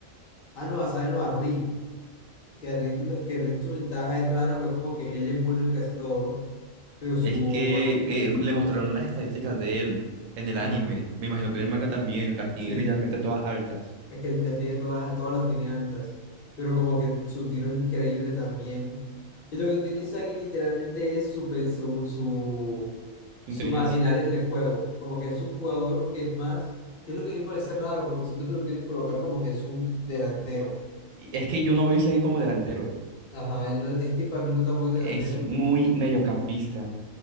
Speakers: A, on the left (about 50°); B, on the right (about 75°).
A: Ah, no, a Sai no, a Rin. Que Rin, la- que Rin su ventaja es rara, pues, como que él es bueno en casi todo, pero su.
B: Es que
A: va-
B: eh, le mostraron las estadísticas de él en el
A: Ajá,
B: anime. Me imagino que en el manga también las tiene
A: sí.
B: literalmente todas altas.
A: Es que él las tiene todas, todas las tiene altas. Pero como que su tiro es increíble también. Y lo que tiene Isagi literalmente es su, pen- su, su
B: Su
A: su
B: inteligencia.
A: maquinaria en el juego. Como que es un jugador que es más, que es lo que a mí me parece raro, porque siempre te lo quieren colocar como que es un delantero.
B: Y Es que yo no veo a Isaac como delantero.
A: Ajá, él no- es es que para mí no tampoco es delantero.
B: Es muy mediocampista.